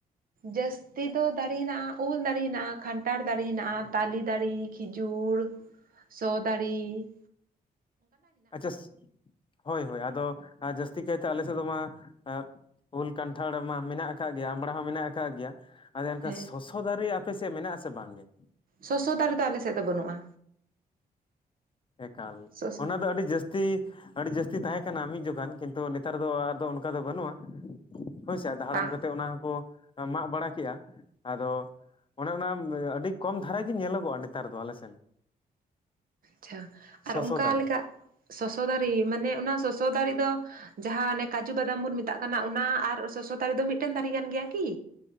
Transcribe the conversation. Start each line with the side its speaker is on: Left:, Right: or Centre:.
Right: ᱡᱟᱹᱥ ᱛᱤ ᱫᱚ ᱫᱟᱨᱮ ᱦᱮᱱᱟᱜᱼᱟ ᱩᱞ ᱫᱟᱨᱮ ᱦᱮᱱᱟᱜᱼᱟ, ᱠᱷᱟᱱᱴᱷᱟᱟᱲ ᱫᱟᱨᱮ ᱦᱮᱱᱟᱜᱼᱟ, ᱛᱟᱞᱮ ᱫᱟᱨᱮ, ᱠᱷᱤᱡᱩᱨ ᱾ ᱥᱚ ᱫᱟᱨᱤ᱾
Left: ᱟᱪᱪᱷᱟᱥ᱾ ᱦᱳᱭ ᱦᱳᱭ ᱟᱫᱚ ᱡᱟᱹᱥᱛᱤ ᱠᱟᱭᱛᱮ ᱟᱞᱮ ᱥᱮᱫ ᱢᱟ ᱟ ᱩᱞ ᱠᱟᱱᱴᱷᱟᱲ ᱢᱟ ᱢᱮᱱᱟᱜ ᱟᱠᱟᱫ ᱜᱮᱭᱟ᱾ ᱟᱢᱲᱟ ᱦᱚᱸ ᱢᱮᱱᱟᱜ ᱟᱠᱟᱫ ᱜᱮᱭᱟ᱾ ᱟᱨᱮ ᱮᱱᱠᱷᱟᱱ
Right: ᱦᱮᱸ
Left: ᱥᱚᱥᱚ ᱫᱟᱨᱮ ᱟᱯᱮ ᱥᱮᱫ ᱢᱮᱱᱟᱜ ᱟᱥᱮ ᱵᱟᱝᱜᱮ?
Right: ᱥᱚᱥᱚ ᱫᱟᱨᱮ ᱫᱚ ᱟᱞᱮᱮᱥᱮᱫ ᱫᱚ ᱵᱟᱹᱱᱩᱜᱼᱟ?
Left: ᱮᱠᱟᱞ᱾
Right: ᱥᱚᱥᱚ
Left: ᱚᱱᱟ ᱫᱚ ᱟᱹᱰᱤ ᱡᱟᱹᱥ ᱛᱤ ᱟᱹᱰᱤ ᱡᱟᱹᱥᱛᱤ ᱛᱟᱦᱮᱸ ᱠᱟᱱᱟ ᱢᱤᱫ ᱡᱚᱠᱷᱟᱱ ᱠᱤᱱᱛᱩ ᱱᱮᱛᱟᱨ ᱫᱚ ᱟᱫᱚ ᱚᱱᱠᱟ ᱫᱚ ᱵᱟᱹᱱᱩᱜᱼᱟ᱾ ᱦᱳᱭᱥᱮ ᱟᱫᱚ ᱦᱟᱲᱟᱢ
Right: ᱵᱟᱝ
Left: ᱠᱟᱛᱮᱫ ᱚᱱᱟ ᱦᱚᱸᱠᱚ ᱢᱟᱜ ᱵᱟᱲᱟ ᱠᱮᱜᱼᱟ᱾ ᱟᱫᱚ ᱚᱱᱮ ᱚᱱᱟ ᱟᱹᱰᱤ ᱠᱚᱢ ᱫᱷᱟᱨᱟ ᱜᱮ ᱧᱮᱞᱚᱜᱚᱜᱼᱟ ᱱᱮᱛᱟᱨ ᱫᱚ ᱟᱞᱮᱥᱱ᱾
Right: ᱪᱷᱟ ᱟᱨ
Left: ᱥᱚᱥᱚ
Right: ᱚᱱᱠᱟ
Left: ᱫᱟᱨᱮ
Right: ᱞᱮᱠᱟ ᱥᱚᱥᱚ ᱫᱟᱨᱤ ᱢᱟᱱᱮ ᱚᱱᱟ ᱥᱚᱥᱚ ᱫᱟᱨᱤ ᱫᱚ ᱡᱟᱦᱟᱸ ᱚᱱᱮ ᱠᱟᱡᱩ ᱵᱟᱫᱟᱢ ᱵᱚᱱ ᱢᱮᱛᱟᱜ ᱠᱟᱱᱟ ᱚᱱᱟ ᱟᱨ ᱥᱚᱥᱚ ᱫᱟᱨᱮ ᱫᱚ ᱢᱤᱫᱴᱟᱹᱱ ᱫᱟᱨᱮ ᱠᱟᱱ ᱜᱮᱭᱟ ᱠᱤ?